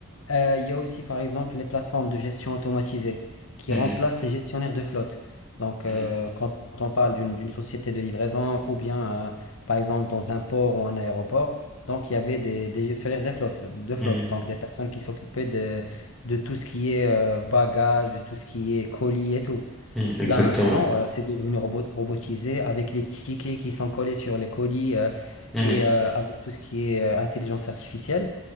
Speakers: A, on the left (about 80°); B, in the centre.
A: Euh, il y a aussi, par exemple, les plateformes de gestion automatisée qui
B: mhm,
A: remplacent les gestionnaires de flotte. Donc,
B: mhm,
A: euh, quand on parle d'une d'une société de livraison ou bien, euh, par exemple, dans un port ou un aéroport, donc il y avait des, des gestionnaires de flotte, de flotte,
B: mhm, mhm,
A: donc des personnes qui s'occupaient de, de tout ce qui est euh, bagages, de tout ce qui est colis et tout.
B: mhm. Exactement.
A: Là, maintenant, euh, c'est devenu robo- robotisé avec les tickets qui sont collés sur les colis euh,
B: Mhm.
A: et euh, avec tout ce qui est euh, intelligence artificielle.